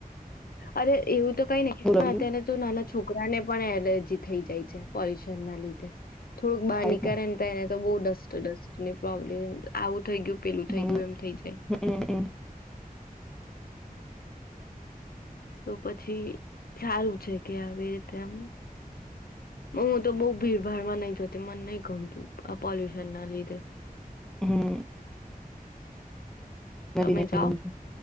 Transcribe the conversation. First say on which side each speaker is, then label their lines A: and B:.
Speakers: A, on the left; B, in the centre.
A: અરે એવું તો કંઈ ની પણ
B: બીજું
A: અત્યાર ના તો નાના છોક છોકરાને પણ એલર્જી થઈ જાય છે પોલ્યુશનના લીધે. થોડુંક બહાર
B: થાય
A: નીકેળે
B: જ
A: ને તેણે બહુ ડસ્ટ-ડસ્ટ ની પ્રોબ્લેમ, આવું થઈ ગયું પેલું થઈ
B: હમ
A: ગયું, એમ થઈ જાય.
B: હમ
A: તો પછી સારું છે કે આવી રીતે એમ, હું તો બહું ભીડભાડમાં નહીં જતી, મન નહી ગમતું, આ પોલ્યુશન ના લીધે.
B: હમ્મ.
A: તમે
B: નહી
A: જાઓ?
B: ગમતું